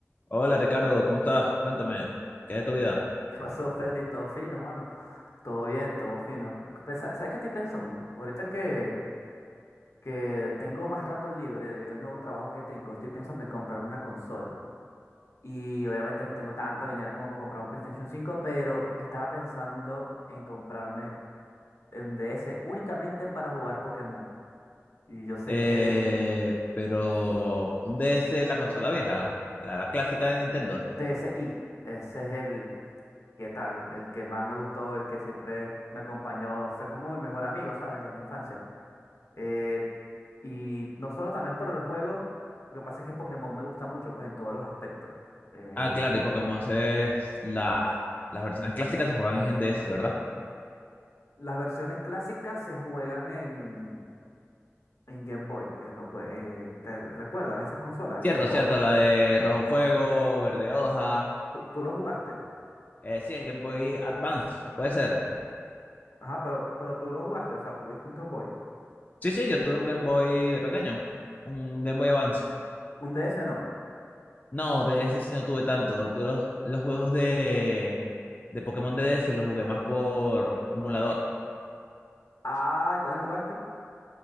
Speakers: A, on the left; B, on the left.
A: Hola Ricardo, ¿cómo estás? Cuéntame, ¿qué es de tu vida?
B: <laughs> ¿Qué pasó, Feli? Todo fino, mano. Todo bien, todo fino. Pensa- ¿Sabes qué estoy pensando? Ahorita que, que tengo más rato libre debido al nuevo trabajo que tengo, estoy pensando en comprarme una consola. Y obviamente no tengo tanto dinero como para comprar un PlayStation 5, pero estaba pensando en comprarme un DS únicamente para jugar Pokémon. Y yo sé
A: Eh,
B: que
A: pero un DS es la consola vieja, la, la clásica de Nintendo.
B: DSi, ese es el, ¿qué tal? El que más me gustó, el que siempre me acompañó, fue como mi mejor amigo, ¿sabes? En la infancia. Eh, y no solo también por el juego, lo que pasa es que Pokémon me gusta mucho, pues en todos los aspectos. Eh,
A: Ah, claro, y Pokémon es la, las versiones clásicas se juegan en DS, ¿verdad?
B: las versiones clásicas se juegan en, en Game Boy, en los jue- eh, ¿te recuerdas esas consolas,
A: Cierto,
B: el Game Boy?
A: cierto, la de Rojo Fuego, Verde Hoja.
B: ¿Tú, tú lo jugaste?
A: eh, sí, el Game Boy Advance, puede ser.
B: Ajá, pero, pero tú lo jugaste, o sea, tuviste un Game Boy.
A: Sí, sí, yo tuve un Game Boy de pequeño, un Game Boy Advance.
B: Un DS no.
A: No, DS sí no tuve tanto. Yo los, los juegos de, de Pokémon de DS los jugué más por emulador.
B: Ah, ¿y cuáles jugaste? <laughs>